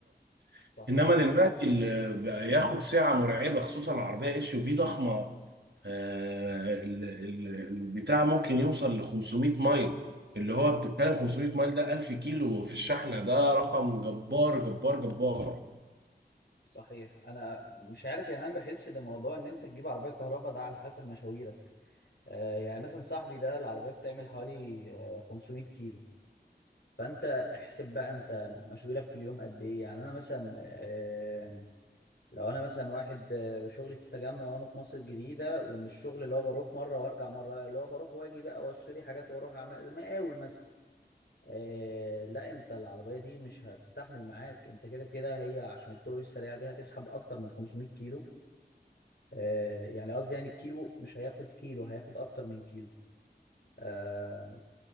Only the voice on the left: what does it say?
صحيح
صحيح انا مش عارف يعني انا بحس ان موضوع ان انت تجيب عربيه كهرباء ده على حسب مشاويرك آه، يعني مثلا صاحبي ده العربية بتعمل حوالي آه، 500 كيلو فانت احسب بقى انت مشغولك في اليوم قد ايه يعني انا مثلا آه، لو انا مثلا واحد آه، شغلي في التجمع وانا في مصر الجديدة ومش شغل اللي هو بروح مرة وارجع مرة لا اللي هو بروح واجي بقى واشتري حاجات واروح اعمل مقاول مثلا آه، لا انت العربية دي مش هتستحمل معاك انت كده كده هي عشان الطرق السريعة دي هتسحب اكتر من 500 كيلو آه، يعني قصدي يعني الكيلو مش هياخد كيلو هياخد اكتر من كيلو آه،